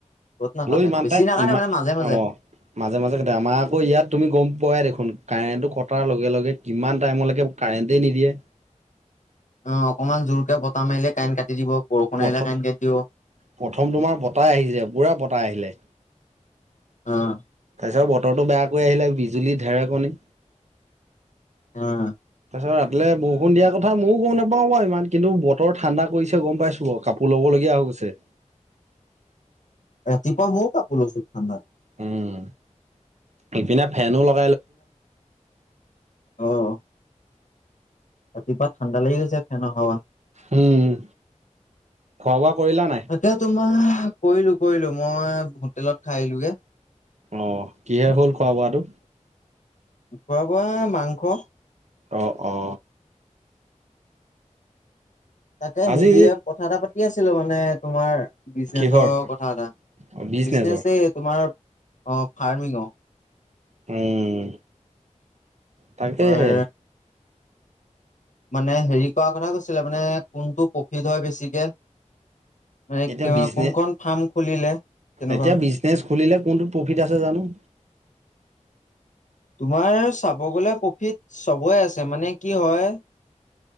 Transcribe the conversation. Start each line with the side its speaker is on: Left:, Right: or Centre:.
Left: কত নাকাটে
Right: ইমান
Left: বেছি
Right: এটা
Left: নাকাটে
Right: ইমান
Left: মানে মাজে মাজে।
Right: অ'। মাজে, মাজে কাটে আমাৰ আকৌ ইয়াত তুমি গম পোৱাই দেখোন কাৰেণ্টো কটাৰ লগে লগে কিমান টাইমলৈকে কাৰেণ্টেই নিদিয়ে।
Left: অ', অকনমান জোৰকে বতাহ মাৰিলে কাৰেন্ট কাটি দিব। বৰষুণ
Right: প্ৰথম
Left: আহিলে কাৰেণ্ট কাটি দিব
Right: প্ৰথম তোমাৰ বতাহ আহিছে পুৰা বতাহ আহিলে
Left: অহ।
Right: তাৰ পিছত বতৰটো বেয়া কৰি আহিলে বিজুলী ঢেৰেকণি
Left: অ'।
Right: ৰাতিলে বৰষুণ দিয়া কথা ময়ো গম নাপাওঁ বাৰু ইমান কিন্তু বতৰ ঠাণ্ডা কৰিছে গ'ম পাইছোঁ বাৰু কাপোৰ ল'বলগীয়া হৈ গৈছে।
Left: <inaudible> ৰাতিপুৱা মইও কাপোৰ লৈছো ঠাণ্ডাত।
Right: উম, ইপিনে ফেনো লও।
Left: অহ। ৰাতিপুৱা ঠাণ্ডা লাগি গৈছে ফেনৰ হাৱাত।
Right: উম, উম খোৱা বোৱা কৰিলা নাই।
Left: তাকে তোমাৰ কৰিলো, কৰিলো মই হোটেলত খাই আহিলোগে।
Right: অ', কিহে হ'ল খোৱা বোৱাটো।
Left: খোৱা বোৱা মাংস।
Right: অ', অ'।
Left: তাকে
Right: আজি
Left: হেৰিয়ে কথা এটা পাতি আছিলো মানে তোমাৰ বিজনেচৰ
Right: কিহৰ?
Left: কথা এটা।
Right: অ', বিজনেচৰ।
Left: বিজনেচ তোমাৰ অ', ফাৰ্মিঙৰ
Right: উম, তাকেহে
Left: তোমাৰ মানে হেৰি কৰা কথা কৈছিলো মানে কোনটো প্ৰফিত হয় বেছিকে। মানে
Right: এতিয়া বিজনে
Left: কোনখন ফাৰ্ম খুলিলে তেনেকুৱা
Right: এতিয়া বিজনেছ খুলিলে কোনটো প্ৰফিট আছে জানো।
Left: তোমাৰ চাব গলে প্ৰফিত চবৰেই আছে মানে কি হয়